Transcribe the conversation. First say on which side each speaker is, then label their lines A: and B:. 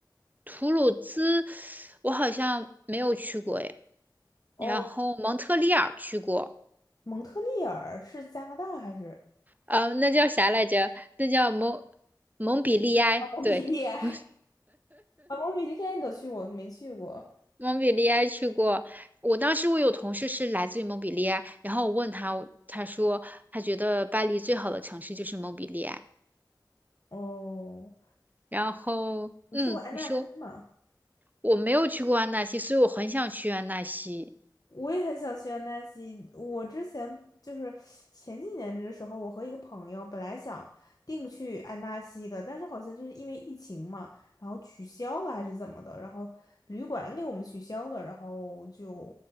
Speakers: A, on the right; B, on the left.
A: 图鲁兹我好像没有去过诶，
B: 哦，
A: 然后蒙特利尔去过。
B: 蒙特利尔是加拿大还是？
A: 呃，那叫啥来着？那叫蒙蒙彼利埃，
B: 啊，蒙彼利埃，
A: 对，<laughs>
B: 啊，蒙彼利埃你都去过，我都没去过。
A: 蒙彼利埃去过。我当时我有同事是来自于蒙彼利埃，然后我问他，我他说他觉得巴黎最好的城市就是蒙彼利埃。
B: 哦，
A: 然后，
B: 你去过安纳西吗？
A: 嗯，你说我没有去过安纳西，所以我很想去安纳西
B: 我也很想去安纳西。我之前就是前几年的时候，我和一个朋友本来想定去安纳西的，但是好像就是因为疫情嘛，然后取消了还是怎么的，然后旅馆给我们取消了，然后就